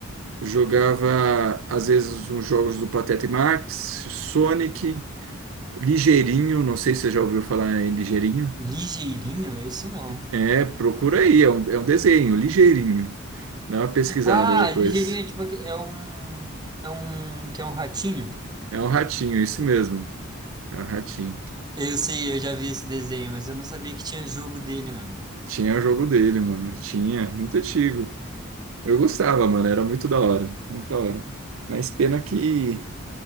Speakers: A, on the right; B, on the right.
A: Jogava, às vezes, uns jogos do Pateta e Max, Sonic, Ligeirinho, não sei se você já ouviu falar em Ligeirinho.
B: Ligeirinho? Esse não.
A: É, procura aí, é um, é um desenho, Ligeirinho. Dá uma pesquisada
B: Ah,
A: depois.
B: ligeirinho é tipo, aque- é um, é um, que é um ratinho.
A: É um ratinho, isso mesmo. É um ratinho.
B: Eu sei, eu já vi esse desenho, mas eu não sabia que tinha jogo dele, mano.
A: Tinha o jogo dele, mano. Tinha, muito antigo. Eu gostava, mano, era muito da hora, muito da hora. Mas pena que...